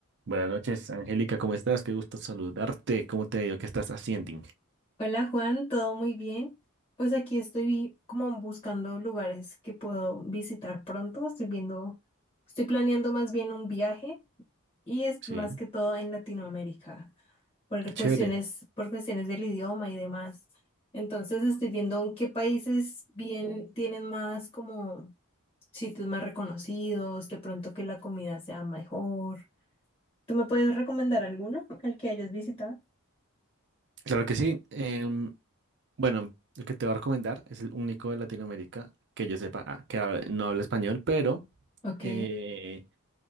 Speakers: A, on the right; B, on the left.
A: Buenas noches, Angélica, ¿cómo estás? Qué gusto saludarte. ¿Cómo te ha ido? ¿Qué estás haciendo?
B: Hola Juan, ¿todo muy bien? Pues aquí estoy como buscando lugares que puedo visitar pronto. Estoy viendo, estoy planeando más bien un viaje y es
A: Sí,
B: más que todo en Latinoamérica, por
A: qué chévere.
B: cuestiones, por cuestiones del idioma y demás. Entonces estoy viendo en qué países bien tienen más como sitios más reconocidos, de pronto que la comida sea mejor. ¿Tú me puedes recomendar alguno al que hayas visitado?
A: Claro que sí. Em, bueno, el que te voy a recomendar es el único de Latinoamérica que yo sepa ah, que hable- no habla español, pero
B: Ok,
A: eh,